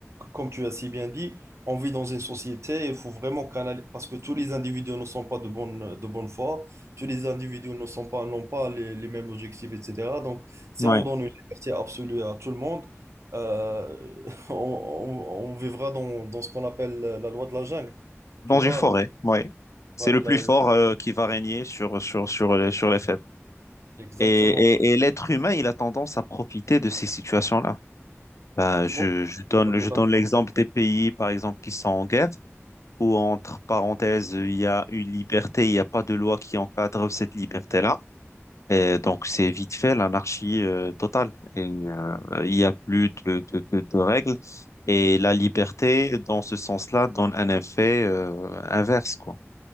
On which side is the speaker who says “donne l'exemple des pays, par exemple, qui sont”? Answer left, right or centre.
Left